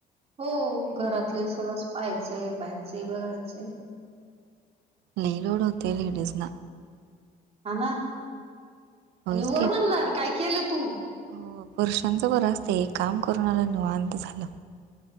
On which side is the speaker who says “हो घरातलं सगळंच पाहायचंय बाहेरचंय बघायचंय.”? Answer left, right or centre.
Right